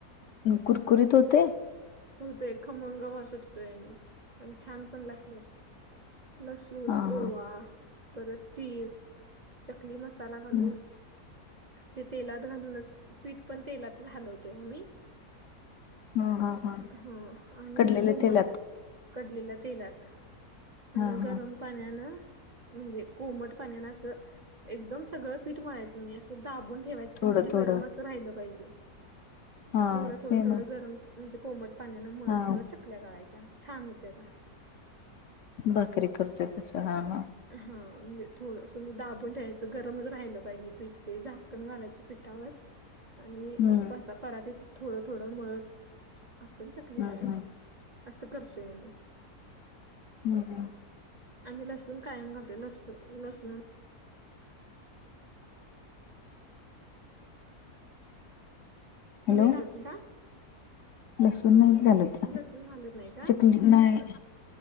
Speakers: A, on the left; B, on the right.
A: कुरकुरीत होतय?
B: होतय खमंग वास सुटतोय आणि, आणि छान पण लागत्यात. लसूण,
A: हा हा
B: ओवा, परत तीळ, चकली मसा साला घालून
A: हम्म.
B: ते तेलात घालूनच पीठ पण तेलातच हालवतोय आम्ही.
A: हम हा हा.
B: ह आणि
A: कडलेले
B: कोमट
A: तेलात
B: कडलेल्या तेलात आणि
A: हा हा
B: गरम पाण्यानं म्हणजे कोमट पाण्यानं असं एकदम सगळं पीठ मळायचं नाही ते दाबून ठेवायच ते
A: थोडं
B: पीठ
A: थोडं
B: गरम असं राहिलं पाहिजे
A: हा
B: थोडं थोडं
A: ते
B: थोडं
A: मग
B: गरम म्हणजे कोमट पाण्यान मळत
A: हा
B: मळत चकल्या गाळायच्या छान होत्याता.
A: भाकरी करतोय तस हा हा
B: हा म्हणजे थोडंस म्ह दाबून ठेवायचं गरमच राहिलं पाहिजे पीठ ते झाकण घालायचं पीठावर.
A: <inaudible>
B: आणि
A: हम्म
B: परातीत थोडं थोडं मळत आपण चकली
A: हम्म
B: गाळायची.
A: हम्म
B: असं करतोय आम्ही.
A: हम् हम.
B: आम्ही लसूण कायम घालतोय, लस् लसण तुम्ही
A: हॅलो
B: घालता का?
A: लसूण
B: हॅलो
A: नाहीत
B: तुम्ही
A: घालत
B: लसूण घालत नाही का
A: चकली नाही